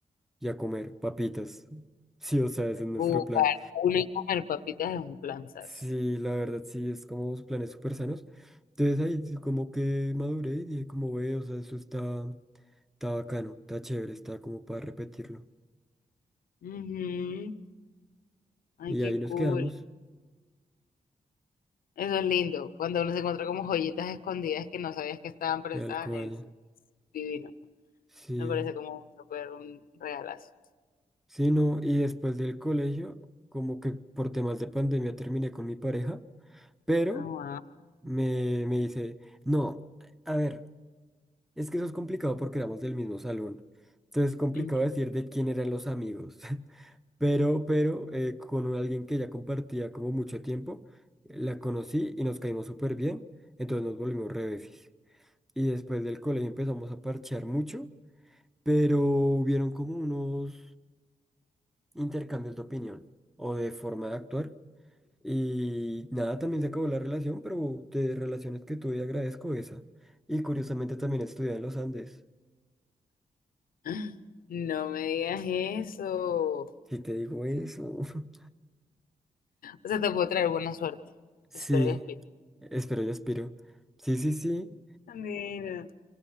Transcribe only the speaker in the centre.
y a comer papitas. <laughs> Sí, o sea, ese es nuestro
plan.
Sí, la verdad, sí, es como planes súper sanos. Entonces ahí sí como que maduré y dije como ve, o sea, eso está, está bacano, está chévere, está como para repetirlo.
Y
ahí nos
quedamos,
tal
cual.
Sí,
sí, no. Y después del colegio, como que por temas de pandemia terminé con mi pareja, pero
me, me dice, no, a ver. Es que eso es complicado porque éramos del mismo salón. Entonces es complicado
decir de quién eran los amigos. <laughs> Pero, pero eh, con alguien que ya compartía como mucho tiempo, eh, la conocí y nos caímos súper bien. Entonces nos volvimos re befis. Y después del colegio empezamos a parchear mucho, pero hubieron como unos intercambios de opinión o de forma de actuar. Y nada, también se acabó la relación, pero de relaciones que tuve agradezco esa. Y curiosamente también estudié en los Andes.
Si te digo eso. <laughs>
Sí,
espero y aspiro. Sí, sí, sí,